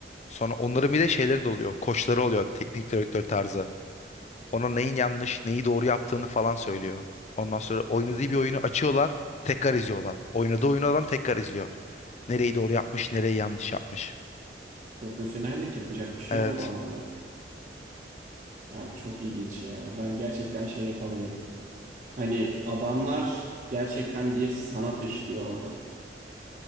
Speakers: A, on the left; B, on the right.
A: Sonra onların bir de şeyleri de oluyor. Koçları oluyor. Teknik direktör tarzı. Ona neyin yanlış, neyi doğru yaptığını falan söylüyor. Ondan sonra oynadığı bir oyunu açıyorlar. Tekrar izliyorlar. Oynadığı oyunu adam tekrar izliyor. Nereyi doğru yapmış, nereyi yanlış yapmış.
B: profesyonellik yapacak bir şey
A: Evet.
B: yok o alanda. Ya çok ilginç ya. Ben gerçekten şey yapamıyorum. Hani adamlar gerçekten bir sanat işliyor orada.